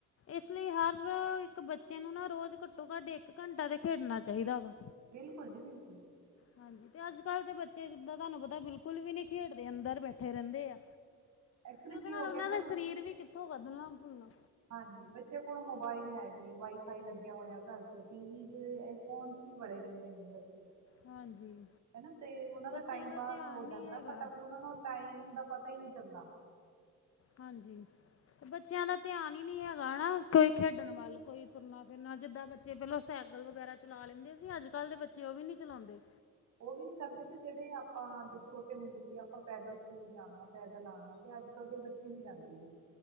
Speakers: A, on the left; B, on the right.
A: ਇਸ ਲਈ ਹਰ ਇੱਕ ਬੱਚੇ ਨੂੰ ਨਾ ਰੋਜ ਘੱਟੋ ਘੱਟ ਏਕ ਘੰਟਾ ਤੇ ਖੇਡਣਾ ਚਾਹੀਦਾ ਵਾ।
B: ਬਿਲਕੁਲ ਜੀ ਬਿਲਕੁਲ।
A: ਹਾਂਜੀ, ਤੇ ਅੱਜ ਕੱਲ ਦੇ ਬੱਚੇ ਜਿੱਦਾਂ ਤੁਹਾਨੂੰ ਪਤਾ ਬਿਲਕੁਲ ਵੀ ਨਹੀ ਖੇਡਦੇ, ਅੰਦਰ ਬੈਠੇ ਰਹਿੰਦੇ ਐ।
B: ਐਕਚੁਲੀ
A: ਤੇ ਓਹਦੇ
B: ਕੀ
A: ਨਾਲ
B: ਹੋ
A: ਓਹਨਾਂ
B: ਗਿਆ ਨਾ
A: ਦਾ ਸਰੀਰ ਵੀ ਕਿੱਥੋਂ ਵਦਨਾ-ਫੁੱਲਨਾ
B: ਹਾਂਜੀ, ਬੱਚੇ ਕੋਲ ਮੋਬਾਇਲ ਹੈਗੇ, ਵਾਈਫਾਈ ਲੱਗਿਆ ਹੋਇਆ ਘਰ ਚ, ਟੀਵੀ ਦੇ ਫੋਨ'ਚ ਈ ਵੜੇ ਰਹਿੰਦੇ ਨੇ ਬੱਚੇ ਵੀ
A: ਹਾਂਜੀ
B: ਹੈਨਾ ਤੇ ਓਹਨਾਂ ਦਾ
A: ਬੱਚਿਆਂ
B: ਟਾਈਮ ਪਾਸ
A: ਧਿਆਨ
B: ਹੋ
A: ਨਹੀਂ
B: ਜਾਂਦਾ
A: ਹੈਗਾ
B: ਫਟਾਫਟ ਉਹਨਾਂ ਨਾਲ ਟਾਈਮ ਦਾ ਪਤਾ ਈ ਨੀ ਚੱਲਦਾ।
A: ਹਾਂਜੀ, ਬੱਚਿਆਂ ਦਾ ਧਿਆਨ ਈ ਨਈ ਹੈਗਾ ਹਨਾ ਕੋਈ ਖੇਡਣ ਵੱਲ, ਕੋਈ ਤੁਰਨਾ ਫਿਰਨਾ, ਜਿੱਦਾਂ ਬੱਚੇ ਪਹਿਲਾ ਸਾਈਕਲ ਵਗੈਰਾ ਚਲਾ ਲੈਂਦੇ ਸੀ ਅੱਜ-ਕੱਲ ਦੇ ਬੱਚੇ ਓਹ ਵੀ ਨਹੀ ਚਲਾਂਦੇ।
B: ਓਹ ਵੀ ਨੀ ਕਰਦੇ ਤੇ ਜੇਹੜੇ ਆਪਾਂ ਜਦ ਛੋਟੇ ਹੁੰਦੇ ਸੀ ਆਪਾਂ ਪੈਦਲ ਸਕੂਲ ਜਾਨਾ, ਪੈਦਲ ਆਨਾ ਤੇ ਅੱਜ-ਕੱਲ ਦੇ ਬੱਚੇ ਨਈ ਜਾਂਦੇ ਜੀ।